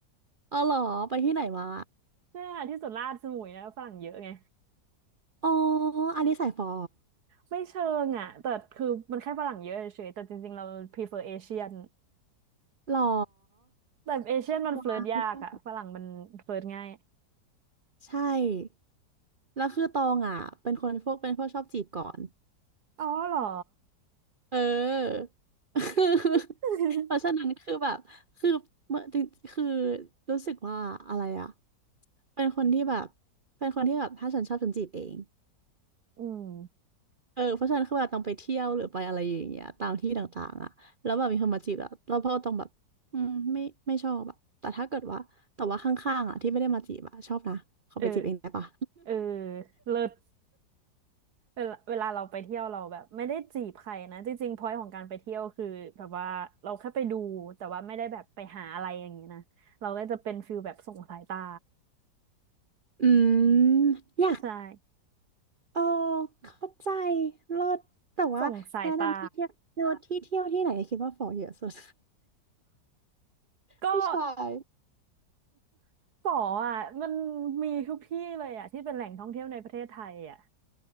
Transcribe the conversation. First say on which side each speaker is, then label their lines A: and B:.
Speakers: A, on the right; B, on the right.
A: อ๋อเหรอไปที่ไหนมา
B: <laughs> เนี่ยที่สุดราชสมุยนะฝรั่งเยอะไง
A: อ๋ออันนี้สายฟอ
B: ไม่เชิงอ่ะแต่คือมันแค่ฝรั่งเยอะเฉยๆแต่จริงๆเรา prefer เอเชียน
A: เหรอ
B: แต่เอเชียนมันเฟลิร์ตยากอ่ะฝรั่งมันเฟลิร์ตง่าย
A: วาย ใช่ แล้วคือตองอ่ะเป็นคนพวกเป็นพวกชอบจีบก่อน
B: อ๋อเหรอ
A: เออ <laughs>
B: <laughs>
A: เพราะฉะนั้นคือแบบคือเมื่อจริงคือรู้สึกว่าอะไรอ่ะเป็นคนที่แบบเป็นคนที่แบบถ้าฉันชอบฉันจีบเอง
B: อืม
A: เออเพราะฉะนั้นคือเวลาต้องไปเที่ยวหรือไปอะไรอย่างเงี้ยตามที่ต่างๆอ่ะแล้วแบบมีคนมาจีบอ่ะเราพ่อต้องแบบอืมไม่ไม่ชอบอ่ะแต่ถ้าเกิดว่าแต่ว่าข้างๆอ่ะที่ไม่ได้มาจีบอ่ะชอบนะขอไปจีบเองได้ปะ
B: เออเออเลิศเวลาเวลาเราไปเที่ยวเราแบบไม่ได้จีบใครนะจริงๆพอย n t ของการไปเที่ยวคือแบบว่าเราแค่ไปดูแต่ว่าไม่ได้แบบไปหาอะไรอย่างนี้นะเราก็จะเป็นฟิลแบบส่งสายตา
A: <laughs> อืมอยาก
B: ใช่
A: เออเข้าใจเลิศแต่ว่าแนะนำที่เที่ยวเลิศที่เที่ยวที่ไหนคิดว่าฝอเยอะสุด
B: ส่งสายตา
A: <laughs>
B: ก็
A: ผู้ชาย
B: ป๋ออ่ะมันมีทุกที่เลยอ่ะที่เป็นแหล่งท่องเที่ยวในประเทศไทยอ่ะ